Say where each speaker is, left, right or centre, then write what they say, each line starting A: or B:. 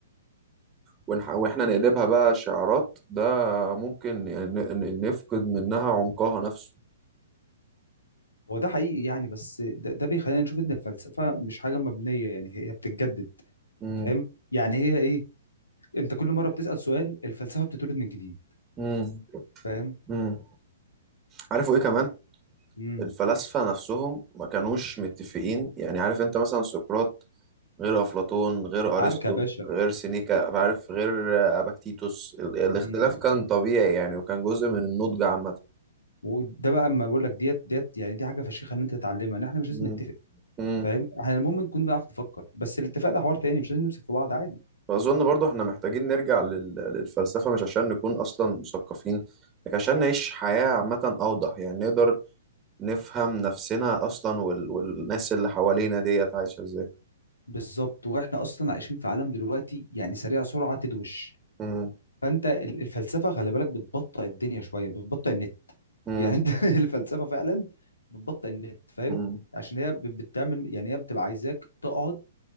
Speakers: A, on the right; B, on the left.
A: ونح- واحنا نقلبها بقى شعارات ده ممكن يعني ن- ن- نفقد منها عمقها نفسه
B: هو ده حقيقي يعني بس ده, ده بيخلينا نشوف ان الفلسفه مش حاجه مبنيه يعني هي بتتجدد
A: مم.
B: فاهم يعني هي ايه انت كل مره بتسال سؤال الفلسفه بتتولد من جديد
A: مم.
B: فاهم
A: مم. عارفوا ايه كمان
B: امم
A: الفلاسفة نفسهم ما كانوش متفقين يعني عارف انت مثلا سقراط غير أفلاطون غير
B: عركه
A: أرسطو
B: يا باشا
A: غير سينيكا عارف غير آه، أباكتيتوس ال- الاختلاف
B: امم
A: كان طبيعي يعني وكان جزء من النضج عامة
B: وده بقى اما بقول لك ديت ديت يعني دي حاجه فشيخه ان انت تتعلمها ان احنا مش
A: مم.
B: لازم نتفق
A: مم.
B: فاهم احنا المهم نكون بنعرف نفكر بس الاتفاق ده حوار تاني مش لازم نمسك في بعض عادي
A: فأظن برضو احنا محتاجين نرجع لل- للفلسفة مش عشان نكون أصلا مثقفين لكن عشان نعيش حياة عامة أوضح يعني نقدر نفهم نفسنا أصلا وال... والناس اللي حوالينا ديت عايشة إزاي
B: بالظبط واحنا اصلا عايشين في عالم دلوقتي يعني سريع سرعه تدوش
A: مم.
B: فانت ال- الفلسفه خلي بالك بتبطئ الدنيا شويه بتبطئ النت
A: مم.
B: يعني انت <laughs> الفلسفه فعلا بتبطئ النت فاهم
A: مم.
B: عشان هي ب- بتعمل يعني هي بتبقى عايزاك تقعد